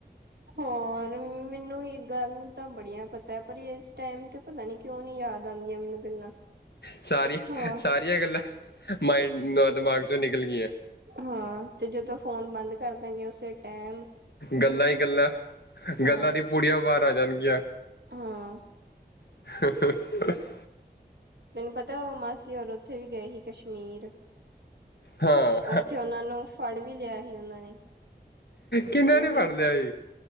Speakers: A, on the right; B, on the left.
A: ਹੋਰ? ਪਰ, ਮੈਨੂੰ ਇਹ ਗੱਲ ਤਾਂ ਬੜੀਆਂ ਪਤਾ ਐ ਪਰ ਇਸ ਟਾਈਮ ਤੇ ਪਤਾ ਨੀ ਕਿਉਂ ਨੀ ਯਾਦ ਆਦੀਆਂ ਮੈਨੂੰ ਗੱਲਾਂ।
B: ਸਾਰੀ,
A: ਹਾਂ
B: ਸਾਰੀਆਂ ਗੱਲਾਂ ਮਾਇੰਡ ਦਿਮਾਗ ਚੋਂ ਨਿਕਲ ਗੀਆਂ।
A: ਹਾਂ, ਤੇ ਜਦੋਂ ਫੋਨ ਬੰਦ ਕਰ ਦਾਗੇ ਉਸੇ ਟਾਈਮ
B: ਗੱਲਾਂ ਈ ਗਲਾਂ,
A: ਹਾਂ
B: ਗੱਲਾਂ ਦੀ ਪੁੜੀਆਂ ਬਾਰ ਆ ਜਾਣਗੀਆਂ।
A: ਹਾਂ
B: <inaudible>
A: ਤੈਨੂੰ ਪਤਾ ਉਹ ਮਾਸੀ ਹੋਰ ਉੱਥੇ ਵੀ ਗਏ ਸੀ, ਕਸ਼ਮੀਰ।
B: ਹਾਂ
A: ਉੱਥੇ ਉਹਨਾਂ ਨੂੰ ਫੜ ਵੀ ਲਿਆ ਹੀ ਉਹਨਾਂ ਨੇ।
B: ਕਿੰਨਾਂ
A: ਕਿਉਂਕਿ
B: ਨੇ ਫੜ ਲਿਆ ਸੀ?